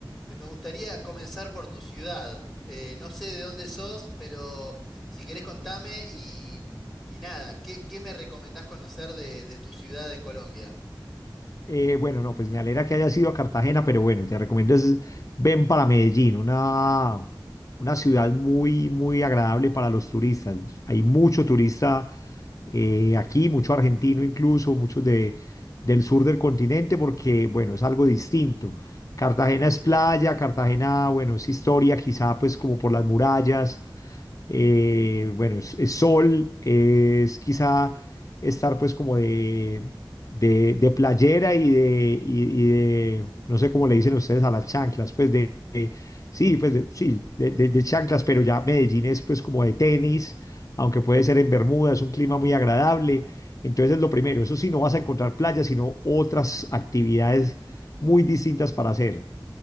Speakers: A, in the centre; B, on the left.
A: eh, me gustaría comenzar por tu ciudad. Eh, no sé de dónde sos, pero si querés contame y, y nada, ¿qué, qué me recomendás conocer de, de tu ciudad en Colombia?
B: Eh, bueno, no, pues me alegra que hayas ido a Cartagena, pero bueno, te recomiendo es ven para Medellín, una, una ciudad muy, muy agradable para los turistas. Hay mucho turista eh, aquí, mucho argentino incluso, muchos de, del sur del continente, porque bueno, es algo distinto. Cartagena es playa, Cartagena, bueno, es historia, quizá pues como por las murallas. eh, bueno, es, es sol, es quizá estar pues como de, de, de playera y de, y, y de, no sé cómo le dicen ustedes a las chanclas, pues de, de- sí, pues de, sí, de, de- de chanclas, pero ya Medellín es pues como de tenis, aunque puede ser en Bermuda, es un clima muy agradable. Entonces, lo primero, eso sí, no vas a encontrar playas, sino otras actividades muy distintas para hacer.